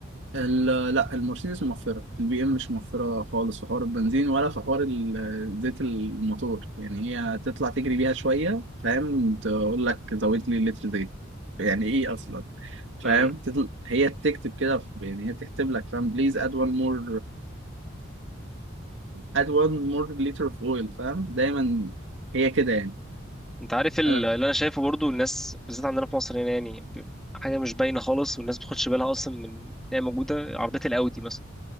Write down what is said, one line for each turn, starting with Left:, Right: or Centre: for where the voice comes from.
Right: ال- لا المرسيدس موفرة البي ام مش موفرة خالص في حوار البنزين ولا في حوار ال- زيت الموتور يعني هي تطلع تجري بيها شوية فاهم تقول لك زود لي لتر زيت يعني ايه اصلا فاهم
Centre: مم.
Right: تطل... هي بتكتب كده في- يعني هي تكتب لك فاهم بليز اد وان مور اد وان مور لتر اوف اويل فاهم دايما هي كده يعني
Centre: أنت عارف ال-
Right: آه،
Centre: اللي أنا شايفه برضه الناس بالذات عندنا في مصر هنا يعني ب- حاجة مش باينة خالص والناس ما بتاخدش بالها أصلا من إن هي موجودة عربية الأودي مثلا